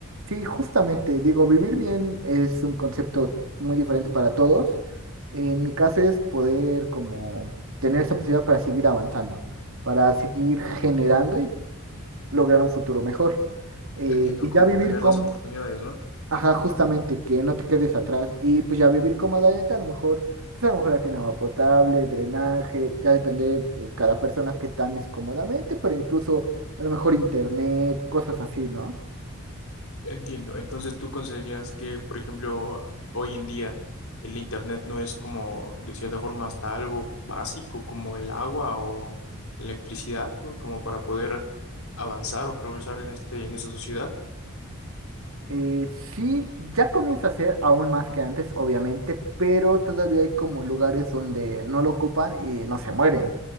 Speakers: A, on the right (about 65°); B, on the left (about 70°).
A: sí, justamente, digo, vivir bien es un concepto muy diferente para todos. En mi caso es poder como tener esa posibilidad para seguir avanzando, para seguir generando y lograr un futuro mejor. Eh,
B: entiendo,
A: y
B: como
A: ya vivir
B: tener
A: con
B: las oportunidades, ¿no?
A: Ajá, justamente, que no te quedes atrás. Y pues ya vivir como la neta a lo mejor, pues a lo mejor ya tiene agua potable, drenaje, ya depende de cada persona que tan es cómodamente, pero incluso a lo mejor internet, cosas así, ¿no?
B: Entiendo. Entonces, ¿tú considerarías que, por ejemplo, hoy en día el internet no es como, de cierta forma, hasta algo básico como el agua o la electricidad, ¿no? Como para poder avanzar o progresar en este, en esa sociedad?
A: Eh, sí, ya comienza a ser aún más que antes, obviamente, pero todavía hay como lugares donde no lo ocupan y no se mueren.